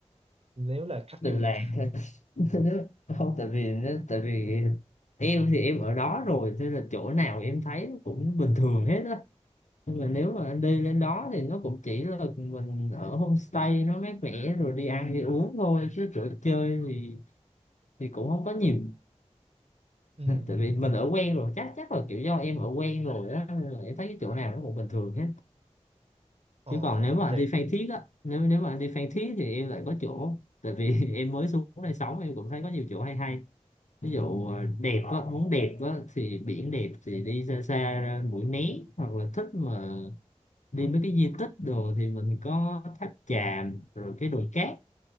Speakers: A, on the right; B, on the left.
A: nếu là khách
B: Đà
A: du
B: Lạt
A: lịch
B: <laughs> không tại vì nó tại vì em thì em ở đó rồi nên là chỗ nào em thấy nó cũng bình thường hết á nhưng mà nếu mà anh đi lên đó thì nó cũng chỉ là mình ở homestay nó mát mẻ rồi đi ăn đi uống thôi chứ chỗ chơi thì thì cũng không có nhiều
A: Ừm,
B: tại vì mình ở quen rồi chắc chắc là kiểu do em ở quen rồi á nên là em thấy cái chỗ nào nó cũng bình thường hết
A: Ờ
B: chứ còn nếu mà anh
A: thì
B: đi Phan Thiết á nếu nếu mà anh đi Phan Thiết thì em lại có chỗ tại vì <laughs> em mới xuống đây sống em cũng thấy có nhiều chỗ hay hay ví dụ ờ, đẹp á muốn đẹp á thì biển đẹp thì đi xa xa ra Mũi Né hoặc là thích mà đi mấy cái di tích đồ thì mình có tháp chàm rồi cái đồi cát